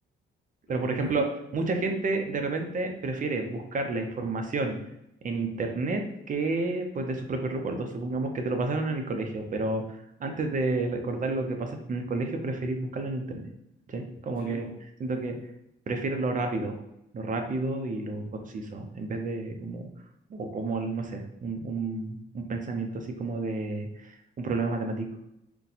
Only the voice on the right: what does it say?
pero,
por ejemplo, mucha gente de repente prefiere buscar la información en internet que pues de sus propios recuerdos. Supongamos que te lo pasaron en el colegio, pero antes de recordar lo que pasaste en el colegio, preferís buscarlo en internet. ¿sí?
Como que
siento que prefieren lo rápido, lo rápido y
lo
conciso, en vez de como, o como, no sé, un, un- un pensamiento así como de un problema matemático.